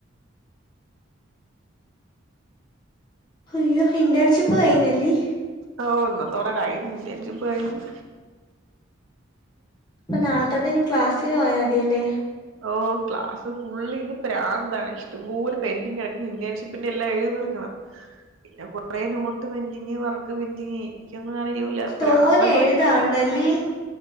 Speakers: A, on the left; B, on the right.
A: അയ്യോ ഇന്റേൺഷിപ്പ് കഴിഞ്ഞല്ലേ
B: ഓ ഇന്നത്തോടെ കഴിഞ്ഞു ഇന്റൻഷിപ്പ് കഴിഞ്ഞു
A: അപ്പൊ നാളെതൊട്ട് ഇനി ക്ലാസ്സിന് പോയാ മതി അല്ലേ
B: ഓ ക്ലാസ് ഫുള്ള് ഇനി പ്രാന്താണ് ഇഷ്ടം പെന്റിങ്ങ് കിടക്കുവാ ഇന്റേൺഷിപ്പിന്റെ എല്ലാം എഴുതി തീർക്കണം പിന്നെ കൊറേ note pending work pending എനിക്കൊന്നും അറിയൂല ഫ്രാന്തെന്ന്
A: തോനെ എഴുതാനുണ്ടല്ലി
B: വച്ചാൽ ഭ്രാന്ത്